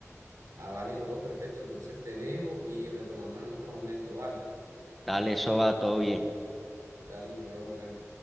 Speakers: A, on the right (about 70°); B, in the centre.
A: Ah, vale, bro, perfecto. Entonces te dejo y retomamos en otro momento, ¿vale?
B: Dale, eso va todo bien.
A: Dale, mi bro, nos vemos.